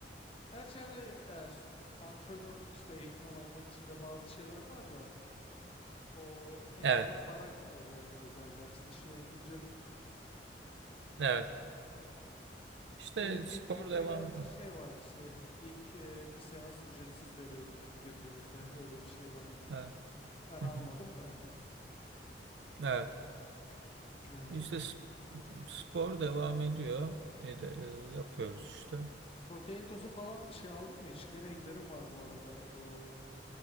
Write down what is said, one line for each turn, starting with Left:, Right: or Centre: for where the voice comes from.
Left: gerçi hani e, s- antrenör işte eğitmen olmak için de bazı şeyler var da O ekstra
Right: Evet,
Left: para tabii yani özel dersli şey yapınca.
Right: evet. İşte
Left: Benim
Right: spor
Left: gittiğimde
Right: devam
Left: gerçi
Right: ediyor.
Left: şey vardı işte ilk e, bir seans ücretsiz veriyoruz ilk girdiğinizde öyle bir şey vardı.
Right: Evet.
Left: Ben
Right: Hı
Left: almadım
Right: hı.
Left: da yani.
Right: Evet.
Left: Ha.
Right: İşte sp- spor devam ediyor. E de, e, yapıyoruz işte.
Left: Protein tozu falan şey aldın mı hiç? Gene indirim var bu arada. Bu